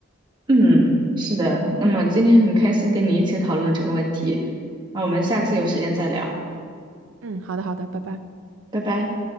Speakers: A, on the right; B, on the right.
A: 嗯，是的。那么今天很开心跟你一起讨论这个问题，那我们下次有时间再聊，
B: 嗯，好的，好的，拜拜。
A: 拜拜。